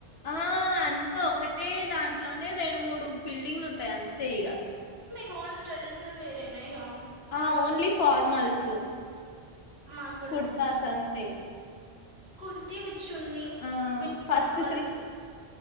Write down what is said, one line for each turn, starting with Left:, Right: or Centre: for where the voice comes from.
Left: ఆ అంతా ఒకటే దాంట్లోనే రెండు మూడు బిల్డింగ్లు ఉంటాయి అ అంతే ఇగ
Right: టోన్లీ ట్రెడిషన్ల్ వేర్ ఏనా ఇగ మాలాగా
Left: ఆ ఓన్లీ ఫార్మల్స్
Right: మాకు కూడా
Left: కుర్తాస్ అంతే
Right: కుర్తివి షున్ని
Left: ఆ
Right: విత్ ప్రాపర్
Left: ఫస్ట్